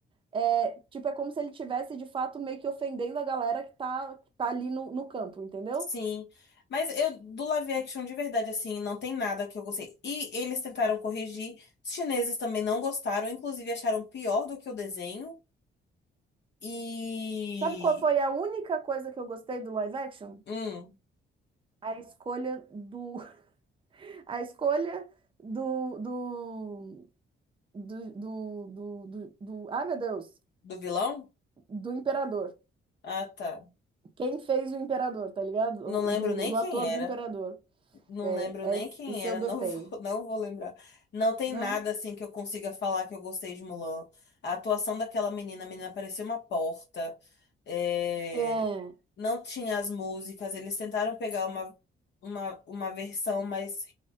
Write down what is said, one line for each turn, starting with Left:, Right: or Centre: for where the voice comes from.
Right: É, tipo, é como se ele tivesse de fato meio que ofendendo a galera que tá, que tá ali no, no campo, entendeu?
Left: Sim, mas eu do live action de verdade, assim, não tem nada que eu gostei. E eles tentaram corrigir, os chineses também não gostaram, inclusive acharam pior do que o desenho. E.
Right: Sabe qual foi a única coisa que eu gostei do live action?
Left: Hum,
Right: A escolha do, <laughs> a escolha do, do, do, do, do, do, do- ai meu Deus,
Left: do vilão?
Right: do imperador.
Left: Ah, tá.
Right: Quem fez o imperador, tá ligado?
Left: Não
Right: O,
Left: lembro
Right: o do,
Left: nem
Right: do
Left: quem
Right: ator
Left: era.
Right: do imperador.
Left: não
Right: É,
Left: lembro
Right: é
Left: nem
Right: esse-
Left: quem
Right: isso
Left: era,
Right: eu gostei.
Left: não <laughs> vou, não vou lembrar. Não tem
Right: Não?
Left: nada assim que eu consiga falar que eu gostei de Mulan. A atuação daquela menina, a menina parecia uma porta. É,
Right: É.
Left: Não tinha as músicas, eles tentaram pegar uma, uma, uma versão mais,